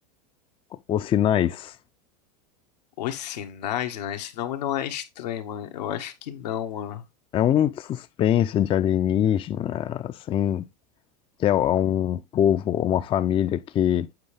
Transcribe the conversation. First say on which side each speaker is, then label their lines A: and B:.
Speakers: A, on the left (about 25°); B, on the left (about 80°).
A: Os Sinais?
B: Os sinais, né? Esse nome não é estranho, mano. Eu acho que não, mano.
A: É um de suspense de alienígena, assim, que é um povo, uma família que